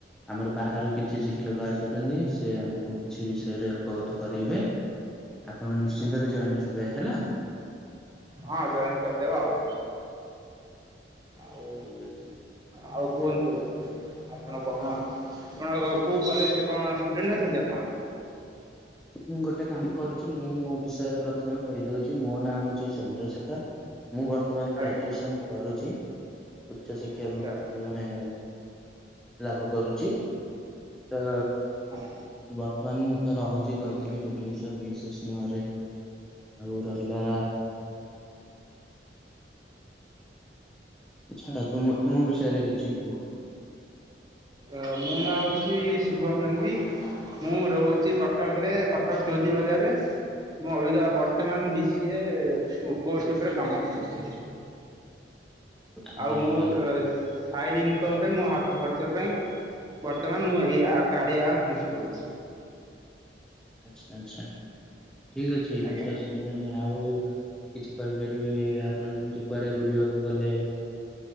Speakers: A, in the centre; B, on the right.
A: ଆମର ବାହାରୁ କିଛି ଶିକ୍ଷକ ଆସୁଛନ୍ତି ସେ ଆମକୁ କିଛି ବିଷୟରେ ଅବଗତ କରାଇବେ। ଆପଣ ନିଶ୍ଚିନ୍ତରେ
B: ଆଚ୍ଛା
A: ଜଏନ୍ ହବେ ହେଲା।
B: ହଁ ଜଏନ କରିଦେବା ଆଉ ଆଉ।
A: ଠିକ ଅଛି।
B: ଆଉ କୁହନ୍ତୁ ଆପଣ କଣ ଆପଣ କୋଉ କଲେଜରେ କଣ ଷ୍ଟୁଡେଣ୍ଟୂ ଅଛନ୍ତି ଆପଣ?
A: ମୁଁ ଗୋଟେ କାମ କରୁଚି ମୁଁ ମୋ ବିଷୟରେ ପ୍ରଥମେ କହିଦଉଚିମୋ ନାଁ ହଉଚି ଚନ୍ଦ୍ରଶେଖର। ମୁଁ ବର୍ତ୍ତମାନ୍
B: ଆଜ୍ଞା
A: ଗ୍ରାଜୁସନ୍ କରୁଚି ଉଚ୍ଚ ଶିକ୍ଷା
B: ଆଚ୍ଛା
A: ମାନେ ଲାଭ କରୁଚି ତ
B: ହଁ
A: ବର୍ତ୍ତମାନ ମୁଁ ତ ରହୁଚି କହିଥିଲି ଭୁବନେଶ୍ଵର ବିଏଶେଷ୍ ନଗର ରେ। ଆଉ ରହିଲା ଛାଡ ତୁମ ତୁମ ବିଷୟରେ କିଛି କୁହ।
B: ଅ ମୋ ନାଁ ହଉଚି ଶୁଭମ ନନ୍ଦୀ। ମୁଁ ରହୁଚି କଟକ ରେ କଟକ ଚୌଉଦି ବଜାରେ। ମୁଁ ଅଭିକା ବର୍ତ୍ତମାନ ଡି ସିଏ କୋସ୍ ଉପରେ କାମ କରୁଚି।
A: ଆଜ୍ଞା
B: ଆଉ ମୁଁ
A: ଆଜ୍ଞା
B: ସାଇଡ୍ ଇନକମ୍ ପାଇଁ ମୋ ହାତ ଖର୍ଚ୍ଚ ପାଇଁ ବର୍ତ୍ତମାନ ମୁଁ ଆ ଏଇ କାରିଆ ଆପ୍ ୟୁଜ୍ କରୁଚି।
A: ଆଚ୍ଛା ଆଚ୍ଛା ଠିକ୍ ଅଛି
B: ଆଜ୍ଞା
A: କିଛି ଅସୁ ବିଧା ନାଇଁ। ଆଉ କିଛି କହିପାରିବେ ଆପଣ ଯେମିତି କୁଆଡେ ବୁଲିବାକୁ ଗଲେ